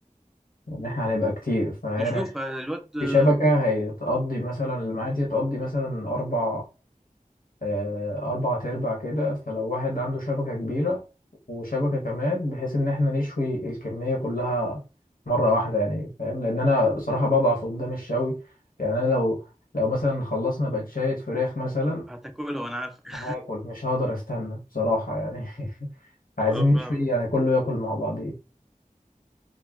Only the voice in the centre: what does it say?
نشوف آه، الواد آه،
هتاكله وانا عارفك
<laughs>
اه فاهمك